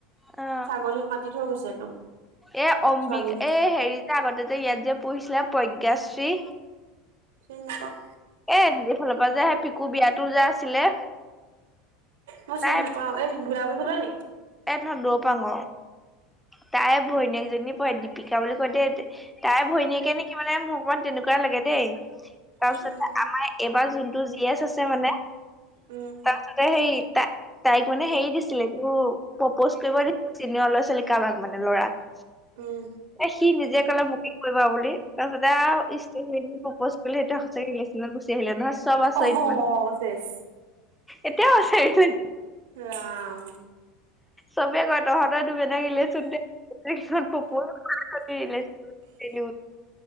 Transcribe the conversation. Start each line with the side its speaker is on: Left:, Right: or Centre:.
Centre: অ',
Right: ছাগলী মাতি থৈ গৈছো একদম
Centre: এ অম্বিকা
Right: ছোৱালীক
Centre: এই হেৰি যে আগতে যে ইয়াত যে পঢ়িছিলে প্ৰজ্ঞাশ্ৰী
Right: চিনি নাপাওঁ
Centre: এ এফালৰ পৰা যে আহে পিকুৰ বিয়াতো যে আছিলে
Right: মই
Centre: তাই
Right: চিনি নাপাওঁ এ ভোলাগুৰি ফালৰ নি
Centre: ন দৌ পাংঙ তাই ভনীয়েকজনী পঢ়ে দীপিকা বুলি কয় দে তাই ভৈনীয়েকে নেকি মানে মোৰ অকমান তেনেকুৱাই লাগে দেই তাৰপিছতে
Right: উম
Centre: আমাৰ এইবাৰ যোনটো জি এচ আছে মানে
Right: উম
Centre: তাৰপিছতে সেই তাই তাইক মানে হেৰি দিছিলে তো প্ৰপ'জ কৰিব দিছো চিনিয়ৰ ল'ৰা-ছোৱালী কাৰোবাক মানে ল'ৰাক
Right: উম
Centre: সি নিজে কলে মোকে কৰিবা বুলি তাৰপিছত আৱ প্ৰপজ কৰিলো সেইদিনা সচাকে ৰিলেশ্যনত আছে চব আচৰিত
Right: অহ
Centre: মানে
Right: চেছ
Centre: এতিয়াও আছে
Right: ৰাম
Centre: চবে কয় তহঁতৰ এইতো বেলেগ ৰিলেশ্যন দে গোটেই কেইখন প্ৰ'পছ কৰা <unintelligible>